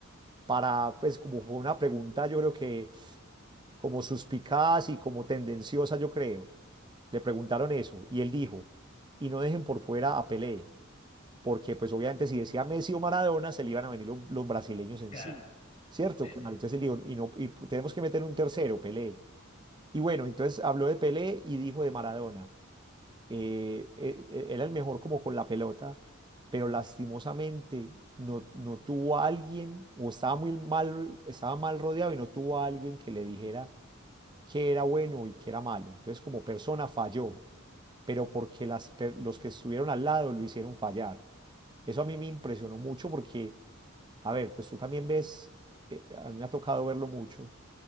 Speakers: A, on the right; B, on the left.
A: para, pues como fue una pregunta, yo creo que como suspicaz y como tendenciosa, yo creo, le preguntaron eso y él dijo, y no dejen por fuera a Pelé, porque pues obviamente si decía Messi o Maradona, se le iban a venir lo- los brasileños encima,
B: Claro,
A: ¿cierto?
B: sí,
A: Claro,
B: sí.
A: entonces él dijo, y, no, y tenemos que meter un tercero, Pelé. Y bueno, entonces habló de Pelé y dijo de Maradona eh, e- e- era el mejor como con la pelota, pero lastimosamente no, no tuvo a alguien, o estaba muy mal, estaba mal rodeado y no tuvo a alguien que le dijera qué era bueno y qué era malo. Entonces, como persona falló, pero porque las, per- los que estuvieron al lado lo hicieron fallar. Eso a mí me impresionó mucho porque, a ver, pues tú también ves, eh, a mí me ha tocado verlo mucho,